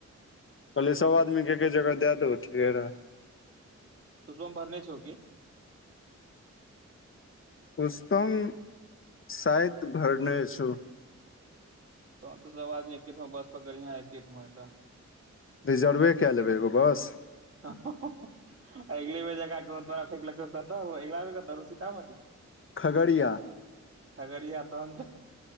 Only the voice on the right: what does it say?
पुष्पम भरने छौ की?
तहन तऽ सब आदमी एके ठांव बस पकड़िहें, एके ठांव एकदम
अगले बेर जकाँ कहूँ तोरा फेक लकौ कन <unintelligible> तब अगिला बेर कतऽ रहौ सीतामढ़ी
खगड़िया तहन तऽ